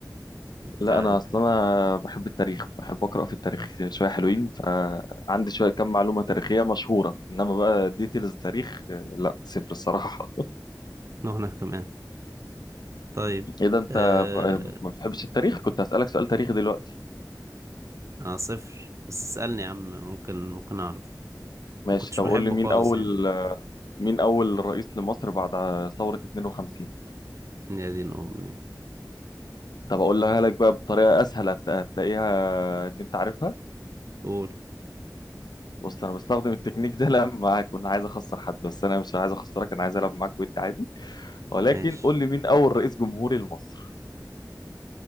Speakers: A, on the right (about 45°); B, on the left (about 70°).
A: البتاعة
B: لا انا
A: دي
B: اصلا انا بحب التاريخ بحب اقرا في التاريخ شويه حلوين فعندي شويه كم معلومه تاريخيه مشهوره انما بقى ديتيلز تاريخ لا صفر الصراحه <laughs>
A: وأنا كمان طيب
B: ايه ده انت
A: أه...
B: م- ما بتحبش التاريخ كنت هسالك سؤال تاريخي دلوقتي
A: أنا صفر بس اسألني يا عم ممكن ممكن أعرف
B: ماشي
A: ما كنتش
B: طب
A: بحبه
B: قول لي مين
A: خالص
B: اول
A: يعني
B: مين اول رئيس لمصر بعد ثوره 52
A: يا دين أمي
B: طب اقولها لك بقى بطريقه اسهل هت- هتلاقيها ان انت عارفها
A: قول
B: بص انا بستخدم التكنيك ده لما اكون عايز اخسر حد بس انا مش عايز اخسرك انا عايز العب معاك وانت عادي ولكن
A: ماشي
B: قول لي مين اول رئيس جمهوري لمصر